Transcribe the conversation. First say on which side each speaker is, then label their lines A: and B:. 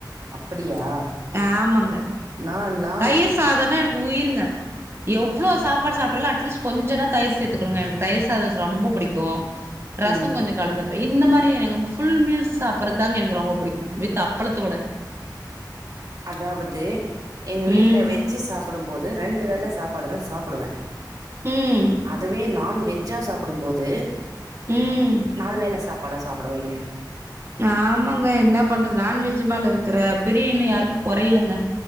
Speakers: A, on the right (about 50°); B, on the right (about 35°).
A: அப்படியா
B: ஆ ஆமாங்க
A: நான்லாம்
B: தயிர் சாதோனா எனக்கு உயிருங்க எவ்ளோ சாப்பாடு சாப்ட்டாலு அட்லிஸ்ட் கொஞ்சோனா தயிர் சேத்துகுனுங்க எனக்கு தயிர் சாதோ ரோம்போ புடிக்கு ரசோ
A: ம்
B: கொஞ்சோ கலந்துப்ப இந்த மாரி எனக்கு ஃபுல் மீல்ஸ் சாப்புர்த்தாங்க எனக்கு ரொம்போ புடிக்கும் வித் அப் அப்ளத்தோட
A: அதாவது எங்க வீட்ல
B: ம்
A: வெஜ் வெஜ்ஜு சாப்டும்போது ரெண்டு வேள சாப்பாடு தா சாப்டுவ
B: ம்
A: அதுவே நான்வெஜ் வெஜ்ஜா சாப்புடும்போது
B: ம்
A: நாலு வேல சாப்பாடா சாப்புடவேங்க
B: ஆமாங்க என்ன பண்றது நான்வெஜு மேல இருக்குற பிரியு இன்னு கொறையலங்க